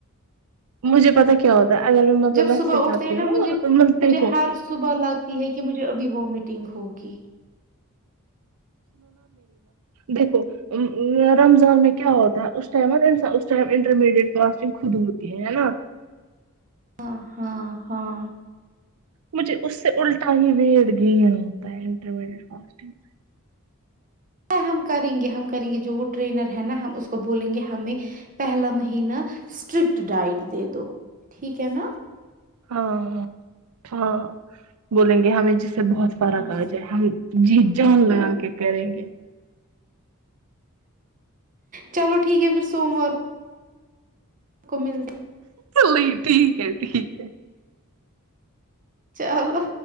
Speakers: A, on the right (about 75°); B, on the right (about 35°).
A: مجھے پتا کیا ہوتا ہے اگر میں مطلب
B: جب
A: ویسے
B: صبح
A: کرتی
B: اٹھتے ہیں
A: ہوں
B: نا مجھے
A: مطلب دیکھو
B: مجھے ہر صبح لگتی ہے کہ مجھے ابھی وامٹنگ ہوگی
A: دیکو رمضان میں کیا ہوتا ہے اس ٹائم ہے ان اس ٹائم انٹرمیڈیٹ فاسٹنگ خود ہوتی ہے نا
B: ہاں ہاں ہاں
A: مجھے اس سے الٹا ہی ویٹ گین ہوتا ہے انٹرمیڈیٹ فاسٹنگ سے
B: ہم کریں گے ہم کریں گے جو وہ ٹرینر ہے نا ہم اس کو بولیں گے ہمیں پہلا مہینہ اسٹرکٹ ڈائٹ دے دو ٹھیک ہے نا
A: سے۔ ہاں ہاں بولیں گے ہمیں جس سے بہت فارا
B: ہاں
A: کاج ہے ہم جی جان لگا کے کریں گے
B: چلو ٹھیک ہے پھر سووموار کو ملتا
A: لی ٹھیک ہے ٹھیک ہے
B: چلو